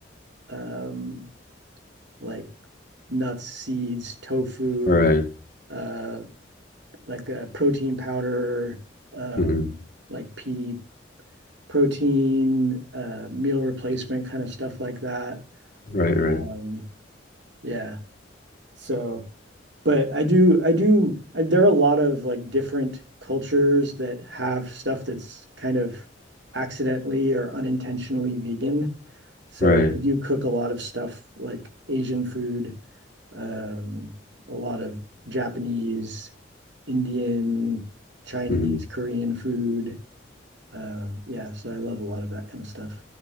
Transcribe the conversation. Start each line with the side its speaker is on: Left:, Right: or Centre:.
Right: um, like nuts, seeds, tofu,
Left: Right.
Right: uh, like a protein powder, um,
Left: Mm-hmm.
Right: like pea protein, uh, meal replacement kind of stuff like that.
Left: Right, right,
Right: Um, yeah. So, but I do, I do, I, there are a lot of like different cultures that have stuff that's kind of accidentally or unintentionally vegan. So
Left: right.
Right: I do cook a lot of stuff like Asian food, um, a lot of Japanese, Indian, Chinese,
Left: Mm-hmm.
Right: Korean food. Uh, yeah, so I love a lot of that kind of stuff.